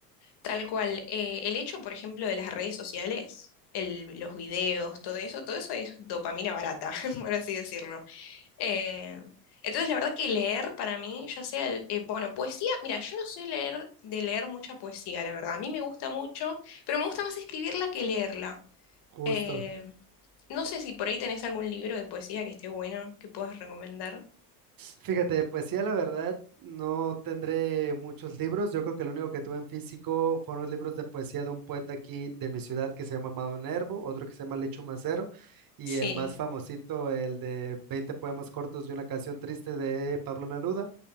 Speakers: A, on the left; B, on the right.
A: Tal cual, eh, el hecho, por ejemplo, de las redes sociales, el- los videos, todo eso, todo eso es dopamina barata, <laughs> por así decirlo. Eh, entonces, la verdad que leer para mí, ya sea, el- eh, bueno, poesía, mira, yo no soy leer, de leer mucha poesía, la verdad. A mí me gusta mucho, pero me gusta más escribirla que leerla.
B: Justo.
A: Eh, no sé si por ahí tenés algún libro de poesía que esté bueno, que puedas recomendar.
B: Fíjate, poesía, la verdad, no tendré muchos libros. Yo creo que lo único que tuve en físico fueron los libros de poesía de un poeta aquí de mi ciudad que se llama Amado Nervo, otro que se llama Licho Macero, y
A: Sí.
B: el más famosito, el de 20 poemas cortos y una canción triste de Pablo Neruda.